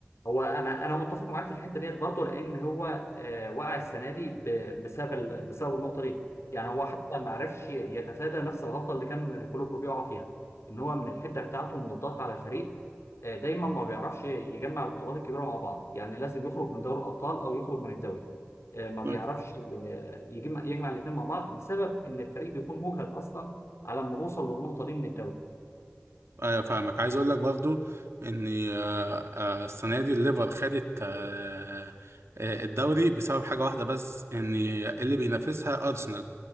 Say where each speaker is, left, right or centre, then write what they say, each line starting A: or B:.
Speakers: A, on the left (about 85°); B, on the right (about 80°).
A: هو انا انا متفق معاك في الحته ديت برضه لان هو آه، وقع السنه دي ب- بسبب ال- بسبب النقطه دي يعني هو حتى ما عرفش يتفادى نفس الغلطه اللي كان كلوب بيقع فيها ان هو من الحده بتاعته من الضغط على الفريق آه، دايما ما بيعرفش يجمع البطولات الكبيره مع بعض يعني لازم يخرج من دوري الابطال او يخرج من الدوري آه، ما
B: قول.
A: بيعرفش آه، يجمع يجمع الاثنين مع بعض بسبب ان الفريق بيكون مجهد اصلا على ما بوصل للنقطه دي من الدوري
B: ايوه فاهمك عايز اقول لك برضو ان آه، آه، السنه دي الليفر خدت آه، آه، الدوري بسبب حاجه واحده بس ان اللي بينافسها ارسنال